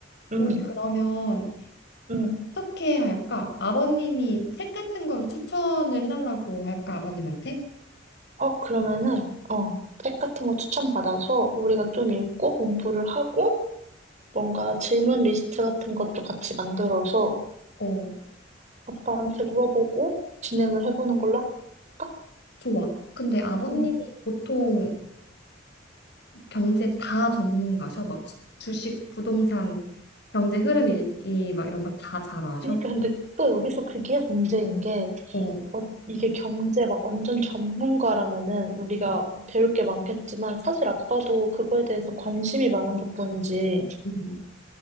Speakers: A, on the right; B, on the left.
A: 응,
B: 우리 그러면
A: 응.
B: 어떻게 할까? 아버님이 책 같은 걸 추천을 해달라고 할까? 아버님한테?
A: 어, 그러면은, 어, 책 같은 거 추천받아서 우리가 좀 읽고 공부를 하고, 뭔가 질문 리스트 같은 것도 같이 만들어서
B: 어,
A: 아빠한테 물어보고 진행을 해보는 걸로 할까?
B: 좋아. 근데 아버님이
A: 응.
B: 보통 경제 다 전문가셔? 막 주- 주식, 부동산, 경제 흐름 읽기 막 이런 거 다 잘 아셔?
A: 그니까 근데 또 여기서 그게 문제인 게,
B: 어,
A: 어, 이게 경제 막 완전 전문가라면은 우리가
B: 음,
A: 배울 게 많겠지만 사실 아빠도 그거에 대해서 관심이 많은 것뿐이지
B: 음,